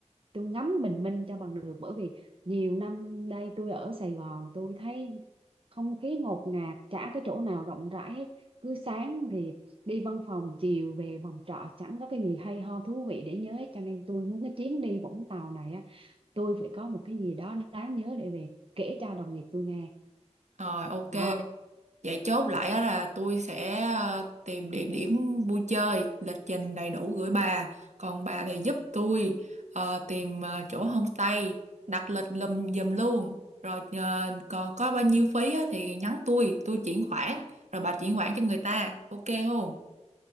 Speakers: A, on the right (about 50°); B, on the right (about 75°).
A: tôi ngắm bình minh cho bằng được bởi vì nhiều năm đây tôi ở Sài Gòn tôi thấy không khí ngột ngạt chả cái chỗ nào rộng rãi hết cứ sáng thì đi văn phòng chiều về phòng trọ chẳng có cái gì hay ho thú vị để nhớ hết cho nên tôi muốn cái chuyến đi Vũng Tàu này á tôi phải có một cái gì đó đáng nhớ để về kể cho đồng nghiệp tôi nghe
B: rồi ok
A: đó
B: Vậy chốt lại á là tôi sẽ ờ, tìm địa điểm vui chơi, lịch trình đầy đủ gửi bà. Còn bà thì giúp tôi ờ, tìm ờ, chỗ homestay, đặt lịch lùm giùm luôn. Rồi ờ, còn có bao nhiêu phí á, thì nhắn tôi, tôi chuyển khoản. Rồi bà chuyển khoản cho người ta. Ok không?